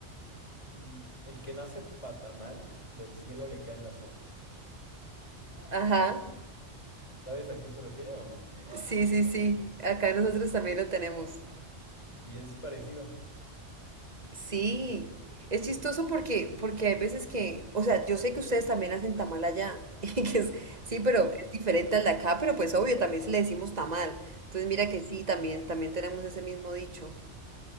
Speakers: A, on the left; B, on the right.
A: mm, el que nace patamal, del cielo le caen las hojas.
B: Ajá.
A: ¿Sabes a qué se refiere o no?
B: Sí, sí, sí. Acá nosotros también lo tenemos.
A: Y es parecido.
B: Sí. Es chistoso porque, porque hay veces que, o sea, yo sé que ustedes también hacen tamal allá, <laughs> y que es- sí, pero es diferente al de acá, pero pues obvio, también se le decimos tamal. Entonces mira que sí, también, también tenemos ese mismo dicho.